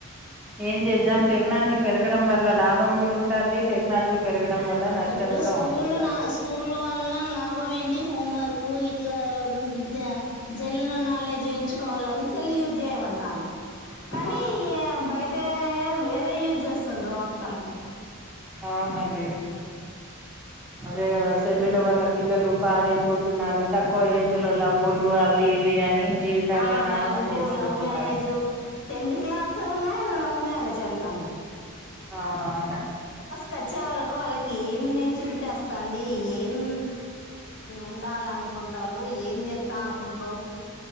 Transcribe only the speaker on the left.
ఇప్పుడు
స్కూల్
నా స్కూల్ వల్ల లాభం ఏంటి ఇది హోం వర్క్ ఇట్లా జ జనరల్ నాలెడ్జ్ ఎంచుకోవాలని సెల్ యూజ్ ఏవంటానవ్ కానీ
ఇగ బయట వేరే యూజ్ చేస్తుండ్ర అంతం
ఆ
లవ్
ఉ లవ్ మ్యారేజు టెన్త్ క్లాస్ కూన లవ్ మ్యారేజ్ అంట
కచ్చే వరకు వాళ్ళకి ఏం మేచ్యూరిటీ అస్తంది ఏం ఉండాల అనుకుంటరు ఏం చేత అనుకుంట్రూ